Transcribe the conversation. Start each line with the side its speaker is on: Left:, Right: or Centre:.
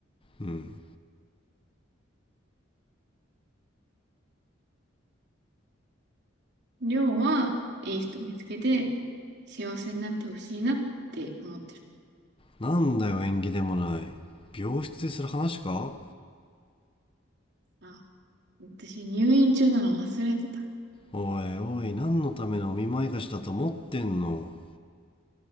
Left: うん
Right: りょうは、いい人見つけて、幸せになってほしいなって思ってる。
Left: なんだよ縁起でもない病室でする話か
Right: あ、私入院中なの忘れてた。
Left: おいおい何のためのお見舞い菓子だと思ってんの